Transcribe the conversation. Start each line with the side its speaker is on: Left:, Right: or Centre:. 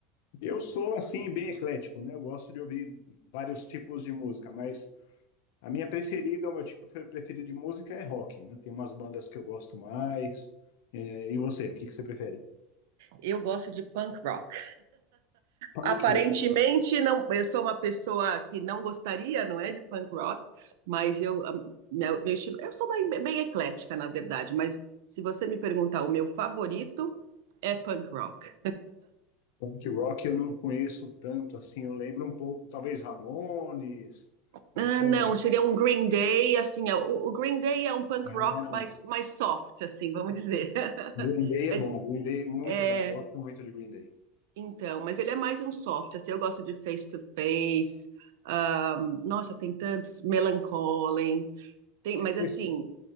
Left: Eu sou assim bem eclético, né? Eu gosto de ouvir vários tipos de música, mas a minha preferida, o meu tipo fe- preferido de música é rock, né? Tem umas bandas que eu gosto mais. É, E você, o que que você prefere?
Right: Eu gosto de punk rock.
Left: Punk
Right: Aparentemente,
Left: rock.
Right: não, eu sou uma pessoa que não gostaria, não é, de punk rock, mas eu, meu, meu estilo, eu sou bem, bem eclética, na verdade, mas se você me perguntar, o meu favorito é punk rock.
Left: Punk rock eu não conheço tanto assim, eu lembro um pouco, talvez Ramones,
Right: Ah,
Left: ou
Right: não,
Left: não.
Right: seria um Green Day, assim, é, o, o Green Day é um punk
Left: Não.
Right: rock mais, mais soft, assim, vamos dizer. <laughs>
Left: Green Day
Right: Mas,
Left: é bom, Green Day é muito
Right: é,
Left: bom, gosto muito de Green Day.
Right: então, mas ele é mais um soft, assim, eu gosto de Face to Face, ah, nossa, tem tantos, Melancholy, tem, mas assim,
Left: Esse-